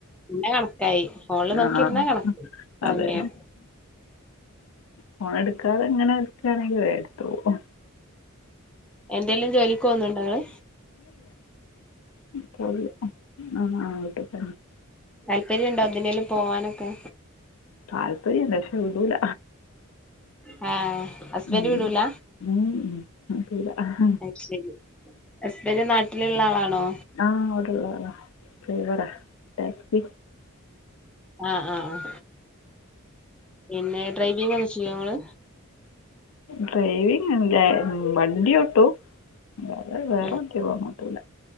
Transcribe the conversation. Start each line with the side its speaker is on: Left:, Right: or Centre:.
Centre: പിന്നെ കണക്കായി ഫോണില് നോക്കിയിരുന്നാ
Left: ആഹ്
Centre: കണക്കായി സമയം
Left: അതെ ഫോണ് എടുക്കാതെ അങ്ങനെ എടുക്കയാണെങ്കിൽ വേ എടുത്തോളും.
Centre: എന്തെലും ജോലിക്കോന്നുണ്ടോ ങ്ങള്
Left: പോന്നില്ല ആ ആ വീട്ടിതന്നെ
Centre: താല്പര്യം ഉണ്ടോ എന്തിനേലും പോവാനൊക്കെ
Left: താല്പര്യം ണ്ട് ക്ഷെ വിടൂല
Centre: ആഹ്
Left: <unintelligible>
Centre: ഹസ്ബൻഡ് വിടൂല അത് ശരി ഹസ്ബന്റ് നാട്ടിലുള്ള ആളാണോ
Left: ആ അവിടുള്ളാളാ ഡ്രൈവറാ ടാക്സി
Centre: ആഹ് ആഹ് ആഹ് പിന്നെ ഡ്രൈവിങ്ങക്കെ ചെയ്യോങ്ങള്.
Left: ഡ്രൈവിങ് ഇല്ല എ വണ്ടി ഓട്ടു വേറെ വേറെ
Centre: ഉം
Left: ങ്ങോട്ടുവില്ല